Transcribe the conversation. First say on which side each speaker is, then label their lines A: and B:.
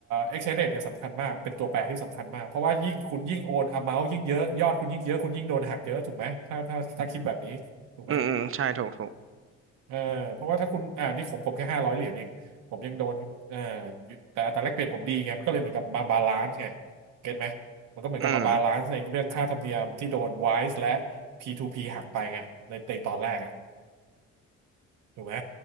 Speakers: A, on the right (about 85°); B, on the right (about 45°).
A: exchange rate เนี่ยสำคัญมากเป็นตัวแปรที่สำคัญมากเพราะว่ายิ่งคุณยิ่งโอน amount ยิ่งเยอะยอดคุณยิ่งเยอะคุณยิ่งโดนหักเยอะถูกไหมถ้าถ้าถ้าคิดแบบนี้ถูกไหม
B: อืมอืมใช่ถูกถูก
A: เออเพราะว่าถ้าคุณอ่านี่ของผมแค่ห้าร้อยเหรียญเองผมยังโดนเอ่อแต่อัตราแลกเปลี่ยนผมดีไงมันก็เลยเหมือนกับมาบาลานซ์ไงเก็ตไหมมันก็เหมือนกับมาบาลานซ์ในเรื่องค่าธรรมเนียมที่โดน
B: อืม
A: WISE และ P2P หักไปไงในในตอนแรกอะถูกไหม